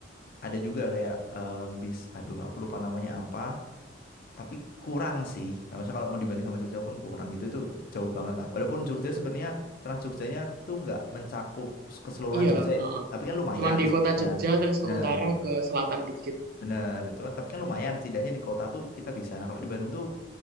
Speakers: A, on the left (about 50°); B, on the right (about 55°).
A: ada juga kayak eh, bis aduh aku lupa namanya apa. tapi kurang sih. Nah, maksudnya kalau mau dibanding sama Jogja pun kurang gitu itu jauh banget lah. Walaupun Jogja sebenarnya Trans Jogjanya tuh nggak mencakup keseluruhan
B: Iya,
A: Jogja
B: heeh.
A: ya, tapi kan lumayan
B: Cuman di
A: sebenarnya
B: kota Jogja terus
A: Bener,
B: ke utara ke selatan dikit.
A: bener itu kan. Tapi
B: Iya.
A: kan lumayan, setidaknya di kota tuh kita bisa. Nah kalau di Bandung tuh